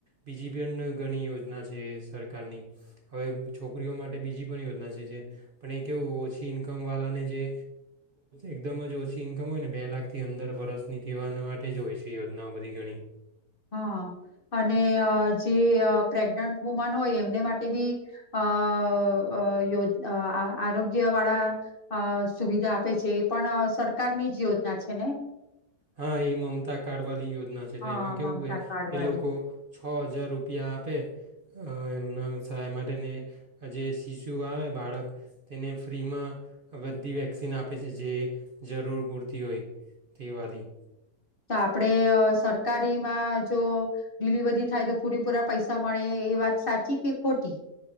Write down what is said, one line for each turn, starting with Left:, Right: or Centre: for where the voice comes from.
Right: બીજી પન ઘણી યોજના છે સરકારની, હવે છોકરીઓ માટે બીજી પણ યોજના છે જે પણ એક કેવું ઓછી ઈન્કમ વાલાને જે એકદમ જ ઓછી ઈન્કમ હોય ને બે લાખ થી અંદર વરસની તેવાના માટે જ હોય છે એ યોજનાઓ બધી ઘણી.
Left: હા અને અ જે અ પ્રેગ્નન્ટ વુમન હોય એમને માટે બી અ અ યો આરોગ્ય વાળા અ સુવિધા આપે છે, એ પણ સરકારની જ યોજના છે ને!
Right: હા એ મમતા કાર્ડ વાલી યોજ્ ના છે,
Left: હા
Right: તો એમાં કેવું
Left: મમતા
Right: કે
Left: કાર્ડ
Right: એ
Left: વાળી.
Right: લોકો છ અજાર રૂપિયા આપે અ એમના સહાય માટે ને જે શિશુ આવે બાળક એને ફ્રીમાં બધી વેક્સિન આપે છે જે જરૂર પૂરતી હોય તે વાલી.
Left: તો આપડે સરકારી. મા જો ડીલીવરી થાય તો પૂરે પૂરા પૈસા મળે એ વાત સાચી કે ખોટી.